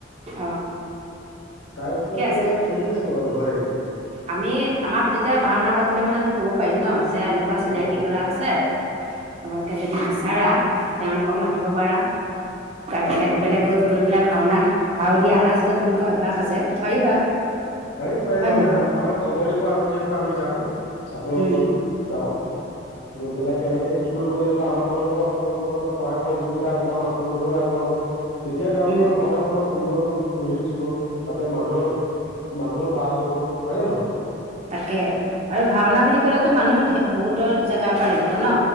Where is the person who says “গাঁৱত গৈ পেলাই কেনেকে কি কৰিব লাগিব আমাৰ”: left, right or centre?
Left